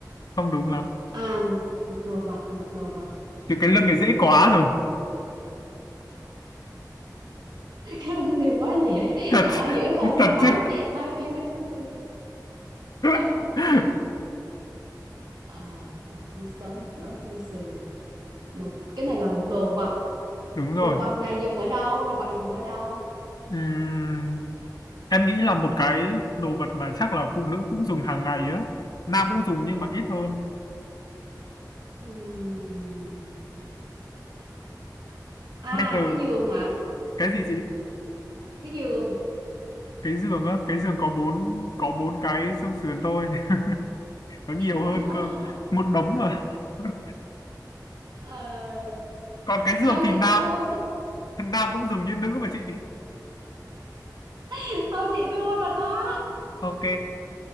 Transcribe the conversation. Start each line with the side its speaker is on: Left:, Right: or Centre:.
Left: Không đúng lắm.
Right: À một một đồ vật, một đồ vật.
Left: Thì cái lưng
Right: <laughs>
Left: này dễ quá rồi.
Right: Cái lưng thì quá dễ.
Left: thật
Right: Ở giữa là xương
Left: thật
Right: sống,
Left: chứ
Right: hai bên là xương sườn.
Left: <laughs>
Right: <laughs> Ờ, một xương sống, một đống xương sườn. Một cái này là một đồ vật.
Left: đúng rồi
Right: đồ vật này dùng ở đâu đồ vật này dùng ở đâu
Left: Ừm, em nghĩ là một cái đồ vật mà chắc là phụ nữ cũng dùng hàng ngày á nam cũng dùng nhưng mà ít hơn
Right: Ừm. à
Left: bây giờ
Right: cái giường hả
Left: cái gì chị
Right: cái giường
Left: cái giường á cái giường có bốn có bốn cái xương sườn thôi <laughs> nó nhiều
Right: <laughs>
Left: hơn cơ một đống mà <laughs>
Right: ờ,
Left: còn cái giường
Right: thôi
Left: thì
Right: chị
Left: nam
Right: thua chị
Left: nam cũng dùng như nữ mà chị
Right: <laughs> thôi chị thua rồi đó
Left: ok